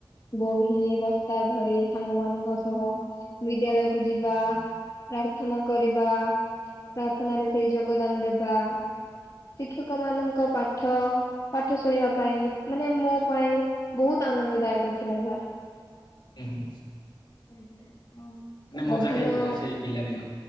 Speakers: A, on the left (about 45°); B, on the left (about 60°).
A: ବହି ବସ୍ତା ଧରି ସାଙ୍ଗମାନଙ୍କ ସହ ବିଦ୍ୟାଳୟକୁ ଯିବା। ପ୍ରାର୍ଥନା କରିବା ପ୍ରାର୍ଥନରେ ସେଇ ଯୋଗଦାନ ଦେବା। ଶିକ୍ଷକ ମାନଙ୍କ ପାଠ ପାଠ ଶୁଣିବା ପାଇଁ। ମାନେ ମୋ ପାଇଁ ବହୁତ ଆନନ୍ଦ ଦାୟକ ଥିଲା ସାର୍।
B: ହୁଁ।
A: ଆଜ୍ଞା ଆଉ
B: ମଜାଳିଆ
A: ମଧ୍ୟାହ୍ନ
B: ଥିଲା ସେଇ ପିଲାଦିନ।